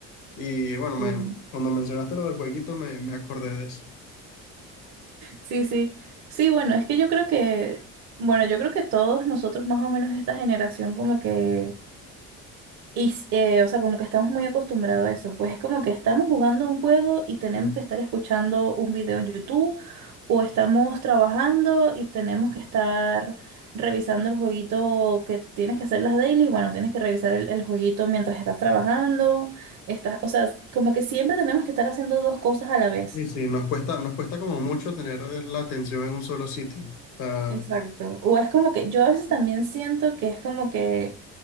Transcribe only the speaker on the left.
Y bueno, me,
cuando mencionaste lo del jueguito me, me acordé de eso.
Sí,
sí, sí, nos cuesta, nos cuesta como mucho tener la atención en un solo sitio. O sea,